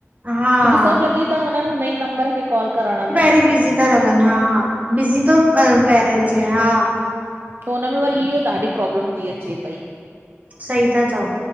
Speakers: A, on the right; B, on the right.
A: हा
B: छोकी सब् लॻी ता वंञंनि हुन ई नंबर खे कॉल करण में।
A: ॿई बीज़ी ता लॻनि हा बिज़ी तो पहिरे अचे हा।
B: पो हुनमें वरी इह्यो ॾाढी प्रॉब्लम ती अचे पई।
A: सही था चओ।